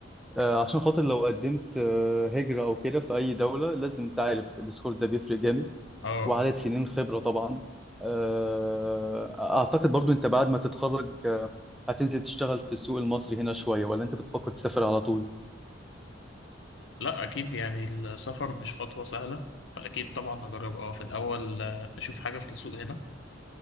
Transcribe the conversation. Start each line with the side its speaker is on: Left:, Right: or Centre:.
Centre: آه عشان خاطر لو قدمت آه، هجرة أو كده في أي دولة لازم تعرف السكور ده بيفرق جامد
Left: اه
Centre: وعدد
Left: آه.
Centre: سنين خبرة طبعا آه أعتقد برضو أنت بعد ما تتخرج آه، هتنزل تشتغل في السوق المصري هنا شوية ولا أنت بتفكر تسافر على طول؟
Left: لا اكيد يعني السفر مش خطوه سهله فاكيد طبعا هجرب اه في الاول آه، اشوف حاجه في السوق هنا